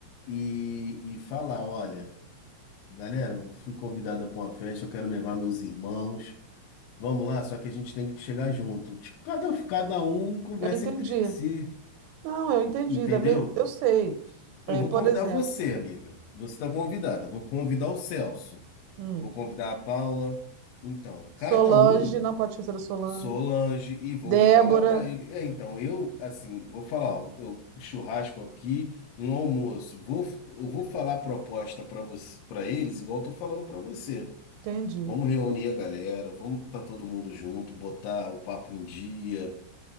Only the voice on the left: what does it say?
e, e falar, olha, galera, eu fui convidada para uma festa, eu quero levar meus irmãos. Vamos lá, só que a gente tem que chegar junto. Tipo, cada, cada um conversa
entre si,
entendeu?
Eu
vou
convidar
você, amiga. Você está convidada. Vou convidar o Celso.
Vou convidar a Paula. Então, cada
um,
Solange, e vou
falar para ele. É, então, eu, assim, vou falar, ó, eu churrasco aqui e um almoço. Vou, eu vou falar a proposta para você, para eles, igual eu tô falando para você.
Vamos reunir a galera, vamos estar todo mundo junto, botar o papo em dia.